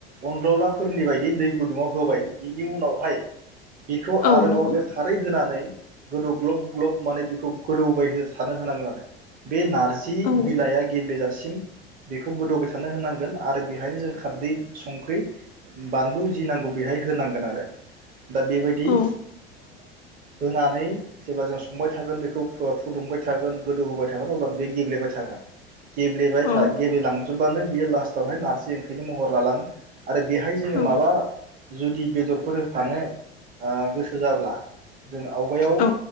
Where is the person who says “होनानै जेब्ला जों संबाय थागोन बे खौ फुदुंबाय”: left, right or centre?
Right